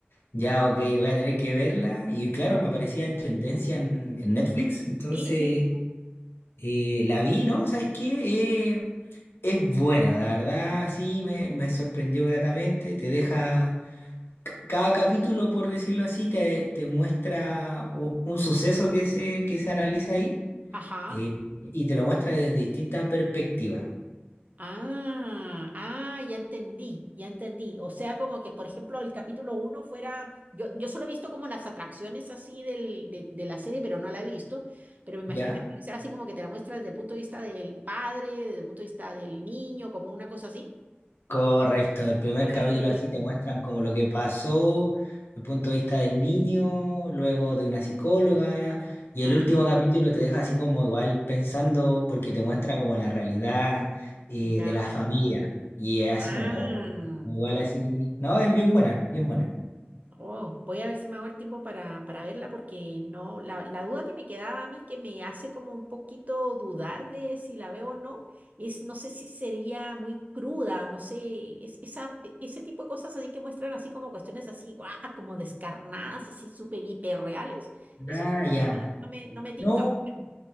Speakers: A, on the left (about 75°); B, on the right (about 40°).
A: ya, ok, voy a tener que verla. Y claro, me aparecía en tendencia en, en Netflix. Entonces,
B: Sí, sí.
A: eh, la vi, ¿no? ¿Sabes qué? Eh, es buena, la verdad, sí, me, me sorprendió gratamente. Te deja cada capítulo, por decirlo así, te, te muestra u- un, suceso que se, que se analiza ahí
B: Ajá.
A: eh, y te lo muestra desde distintas perspectivas,
B: Ah, ah, ya entendí, ya entendí. O sea, como que, por ejemplo, el capítulo uno fuera, yo, yo solo he visto como las atracciones así del, de, de la serie, pero no la he visto, pero me imagino
A: ¿ya?
B: que debe ser así como que te la muestra desde el punto de vista del padre, desde el punto de vista del niño, como una cosa así.
A: Correcto, el primer
B: Mm,
A: capítulo así te muestran como lo que pasó, el punto de vista del niño, luego de una psicóloga, y
B: Ah,
A: el último capítulo te deja así como igual pensando porque te muestra como la realidad eh,
B: ya.
A: de la familia, y es así
B: Ah,
A: como, oh, igual así, no, es bien buena, bien buena.
B: Oh, voy a ver si me hago el tiempo para, para verla porque no, la, la duda que me quedaba a mí, que me hace como un poquito dudar de si la veo o no, es no sé si sería muy cruda, no sé, es, esa, e- ese tipo de cosas así que muestran así como cuestiones así, guau, como descarnadas, así súper hiperreales, eso
A: Ah,
B: como
A: ya.
B: que no, no me, no me tinca.
A: No,
B: mucho.